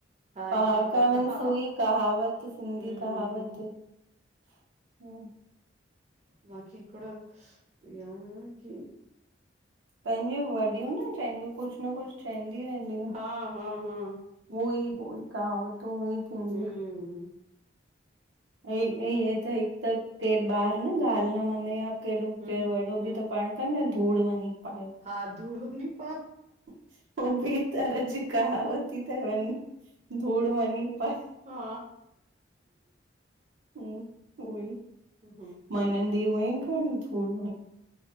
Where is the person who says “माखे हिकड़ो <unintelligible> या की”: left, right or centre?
Right